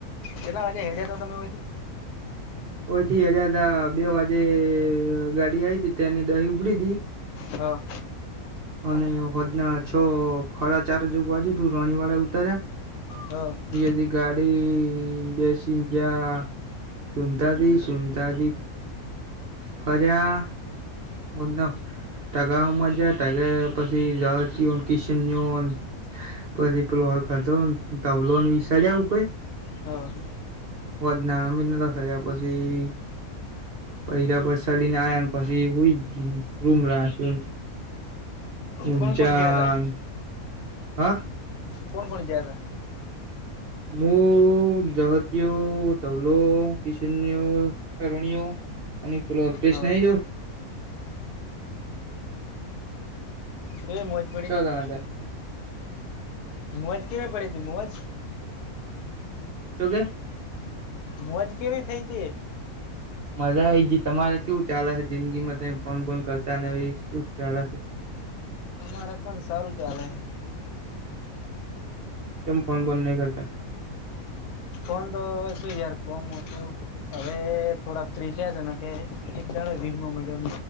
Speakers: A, on the left (about 90°); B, on the right (about 55°).
A: કેટલા વાગે હેડયા તા તમે વયથી
B: ઓ થી હજા હતા બે વાગે ગાડી આઈ હતી તે એની દહી ઉગડી તી
A: હા
B: અને વજના છો ફળા ચારજું બાજુ તું રણીવાડા ઉતાર્યા
A: હ
B: એદી ગાડી બેસીન જા સુુંતાજી સુુંતાજી ફર્યા હ ના ટકામજાર ટગર પછી <unintelligible> પછી પેલો હો ખાતો તાવલો વિસાડ ઉપર
A: હા
B: વધના <unintelligible> પછી પૈલા પછાડીને આવ્યાને પછી હુંઈ રૂમ રાખ્યું ઊંજાન
A: કોણ કોણ જયા તા
B: હા
A: કોણ કોણ જ્યા તા
B: હું જહતયું તવલો કિશન્યુર કરણઓ અને ક્લોથપેસ
A: હ
B: નહિ જું
A: એ મજ
B: છ જણા જાય
A: મોજ કેવી પડી હતી મોજ
B: તું કે
A: મોજ કેવી થઈ તી
B: મજા એ જ તમારે શું ચાલેશે જિંદગીમાં તમે ફોન ફોન કરતા ને એ શું ચાલેશે
A: તમારે પણ સારું ચાલે હે
B: કેમ ફોન બોન નહીં કરતા
A: ફોન તો શું યાર <unintelligible> મોટુ હવે થોડા ફ્રી છે છે ને કે એક દાડ વીમો મળ્યો